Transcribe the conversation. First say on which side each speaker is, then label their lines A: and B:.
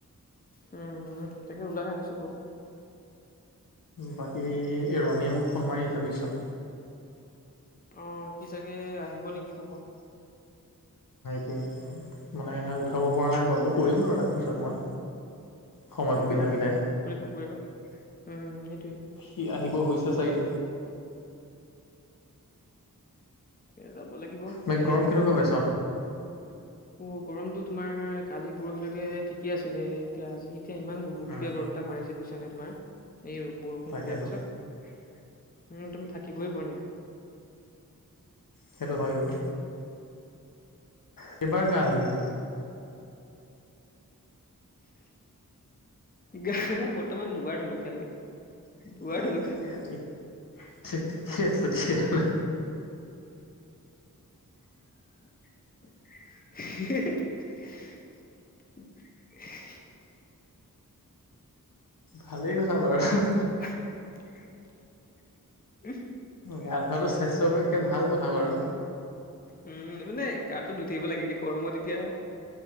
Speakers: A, on the left; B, on the left.
A: উম উ তাকে, ওলাই আহিছো বাৰু।
B: বাকী ৰণীয়ে মোক ফোন মাৰি আছে বুজিছ।
A: তোৰ সি চাগে আহিব নেকি, সম্ভৱ।
B: সে মানে উঠাব পৰা নাই কলটো কৰিম বাৰু তাক পিছত। মই সময়
A: উম
B: সুবিধা
A: উম,
B: মিলাই
A: কৰিবা কৰিবা, উম সেইটোয়ে।
B: সি আহিব হৈছে চাগে।
A: তে যাব লাগিব,
B: বাকী
A: এতিয়া
B: গৰম কেনেকুৱা পাইছ
A: অ' গৰমতটো তোমাৰ কালি পৰহিলৈকে ঠিকে আছিলে, এতিয়া আজি এতিয়া ইমান গ গোপীয়া
B: উম
A: গৰম এটা মাৰিছে বুইছা নাই তোমাৰ, এই ব ফোনটো
B: তাকেতো
A: দিয়াৰ পাছত, উম, একদম থাকিবই পৰা নাই।
B: সেইটো হয় অ'। কেইবাৰ গা ধূলি?
A: গা বৰ্তমান দুবাৰ ধুলোঁ এতিয়ালৈকে। দুবাৰ
B: তাকে
A: ধুলোঁ গা। <inaudible>
B: ঠিক ঠিকে আছে তেতিয়াহ'লে
A: <unintelligible>
B: ভালেই কথা বাৰু।
A: <unintelligible>
B: গা ধোৱাটো স্বাস্থ্যৰ পক্ষে ভাল কথা বাৰু।
A: উম, মানে গাটো ধুই থাকিব লাগে এই গৰমত এতিয়া।